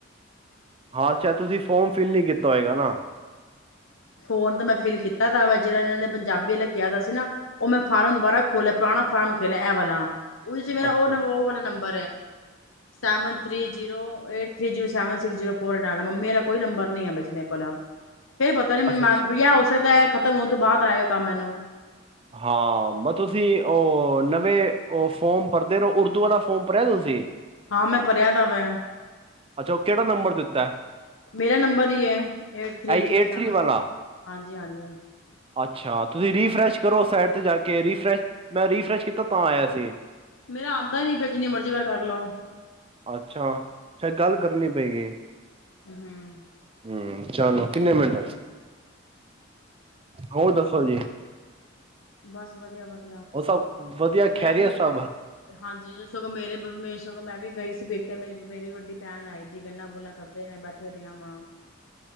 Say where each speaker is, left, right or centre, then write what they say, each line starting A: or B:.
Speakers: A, on the right; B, on the left.
A: ਹਾਂ ਸ਼ਾਇਦ ਤੁਸੀਂ ਫੋਰਮ ਫਿਲ ਨਹੀਂ ਕੀ ਤਾ ਹੋਏਗਾ ਨਾ।
B: ਫੋਨ ਤਾਂ ਮੈਂ ਫਿਲ ਕੀਤਾ ਤਾ ਵਾ ਜਿਹੜਾ ਇਹਨਾਂ ਨੇ ਪੰਜਾਬੀ ਆਲਾ ਕਿਹਾ ਦਾ ਸੀ ਨਾ। ਉਹ ਮੈਂ ਫਾਰਮ ਦੁਬਾਰਾ ਖੋਲਿਆ ਪੁਰਾਣਾ ਫਾਰਮ ਖੇਲਿਆ, ਇਹ ਵਾਲਾ। ਉਹ ਜੀ ਮੇਰਾ
A: ਅੱਛਾ
B: ਉਹ ਉਹ ਵਾਲਾ number seven three zero. Eight three zero seven six zero four eight ਨਾਲ ਮਮੀ ਆਲਾ ਕੋਈ ਨੰਬਰ ਨਹੀਂ ਆ ਬੱਸ ਮੇਰੇ ਕੋਲ ਆਹ, ਫੇਰ ਪਤਾ <unintelligible>
A: ਅੱਛਾ ਅੱਛਾ
B: ਉਸ ਸਕਦਾ ਹੈ। ਖ਼ਤਮ ਹੋਣ ਤੋਂ ਬਾਅਦ ਆਏਗਾ ਕੰਮ ਇਹਨੂੰ।
A: ਹਾਂ ਮੈਂ ਤੁਸੀਂ ਉਹ ਨਵੇਂ ਉਹ ਫੋਰਮ ਭਰਦੇ ਰਹੋ। ਉਰਦੂ ਵਾਲਾ ਫੋਰਮ ਭਰਿਆ ਤੁਸੀਂ।
B: ਹਾਂ ਮੈਂ ਭਰਿਆ ਦਾ ਵੈ।
A: ਅੱਛਾ ਉਹ ਕਿਹੜਾ ਨੰਬਰ ਦਿੱਤਾ ਹੈ?
B: ਮੇਰਾ ਨੰਬਰ ਹੀ ਐ। ਏਟ ਥ੍ਰੀ
A: ਆਈ
B: ਜੀਰੋ
A: ਏਟ
B: ਸੈਵਨ
A: ਥ੍ਰਰੀ ਵਾਲਾ
B: ਹਾਂਜੀ-ਹਾਂਜੀ।
A: ਅੱਛਾ ਤੁਸੀਂ ਰੀਫਰੈਸ਼ ਕਰੋ ਸਾਈਡ ਤੇ ਜਾ ਕੇ ਰੀਫਰੈਸ਼ ਮੈਂ ਰੀਫਰੈਸ਼ ਕੀਤਾ ਤਾਂ ਆਇਆ ਸੀ।
B: ਮੇਰਾ ਆਉਂਦਾ ਨੀ ਪਿਆ ਜਿੰਨੀ ਮਰਜ਼ੀ ਵਾਰ ਕਰ ਲਓ
A: ਅੱਛਾ ਸ਼ਾਇਦ ਗੱਲ ਕਰਨੀ ਪਏਗੀ,
B: ਹਮ
A: ਹੂੰ। ਚਲੋ ਕਿੰਨੇ ਮਿੰਟ ਹੋਰ ਦੱਸੋ ਜੀ?
B: ਬਸ ਵਧੀਆ ਵਧ
A: ਉਹ ਸਭ ਵਧੀਆ
B: ਮੈਂ
A: ਖੈਰੀਅਤ
B: ਵੀ
A: ਸਭ
B: ਹਾਂਜੀ ਸਗੋਂ ਮੇਰੇੇ ਸਗੋਂ ਮੈਂ ਵੀ ਗਈ ਸੀ। ਵੇਖਿਆ ਮੇਰੀ ਮੇਰੀ ਵੱਡੀ ਭੈਣ ਆਈ ਸੀ ਗੱਲਾਂ ਗੁੱਲਾਂ ਕਰਦੇ ਰਹੇ ਬ <unintelligible>